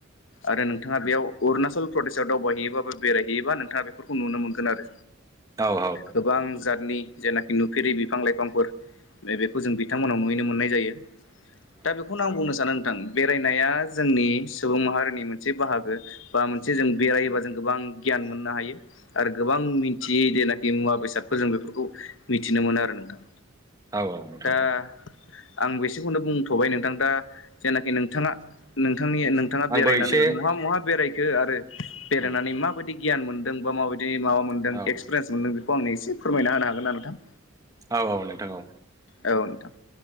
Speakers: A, on the left (about 70°); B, on the right (about 20°).
A: आरो नोंथाङा बेयाव अरुणाचल प्रदेशआव दावबायहैयोब ब बेरायहैयोबा नोंथाङा बेफोरखौ नुनो मोनगोन आरो।
B: औ
A: गोबां जातनि जेनाखि नुफेरि बिफां लाइफांफोर बेखौ जों बिथांमोनाव नुहैनो मोननाय जायो। दा बेखौनो आं बुंनो सानो नोंथां बेरायनाया जोंनि सुबुं माहारिनि मोनसे बाहागो। बा मोनसे जों बेरायोबा जों गोबां गियान मोननो हायो आरो गोबां मिन्थियै देनाख मुवा बेसादखौ जों बेफोरखौ मिथिनो मोनो आरो नोंथां
B: औ नोंथां
A: दा
B: औ
A: आं बेसेखौनो बुंथ'बाय नोंथां दा जेनाखि नोंथाङा नोंथांनि नोंथाङा
B: आंबो
A: बेरायनानै
B: एसे
A: महा महा बेरायखो आरो बेरायनानै
B: औ
A: माबायदि गियान मोन्दों बा माबायदि बिदि माबा मोन्दों
B: औ
A: एक्सपिरियेन्स मोनदों बेखौ आंनो एसे फोरमायना होनो हागोन ना नोंथां।
B: औ औ नोंथां औ
A: औ नोंथां